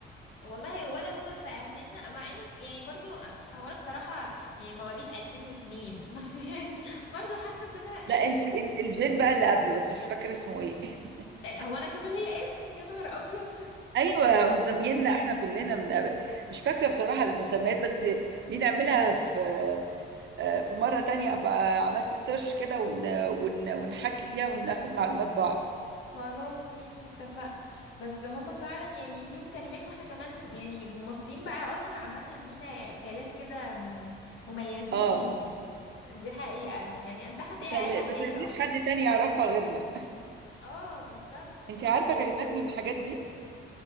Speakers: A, on the left; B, on the right.
A: والله ولا هما فاهميننا مع ان يعني برضو هو انا بصراحة يعني مواليد 2002 <laughs> بس يعني برضو حاسة ان انا
B: لا انت الجين بقى اللي قبله بس مش فاكره اسمه ايه <laughs>
A: هو انا كمان ليا اسم يا نهار ابيض
B: ايوه هم مسمييننا احنا كلنا من قبل مش فاكره بصراحه المسميات بس دي نعملها في آه، في مرة تانية أبقى عملت سيرش كده ون... ون... ونحكي فيها وناخد معلومات بعض
A: خلاص ماشي اتفقنا بس هما فعلا يعني ليهم كلمات واحنا كمان يعني مصريين بقى اصلا عامة لينا كلام كده مم- مميزين
B: اه
A: بيه دي حقيقة يعني انت دي اقل
B: تل-
A: حاجة
B: ما تقليش
A: اصلا
B: حد تاني يعرفها غيرنا
A: اه بالظبط
B: انت
A: اظن
B: عارفة
A: يعني
B: كلمات من الحاجات دي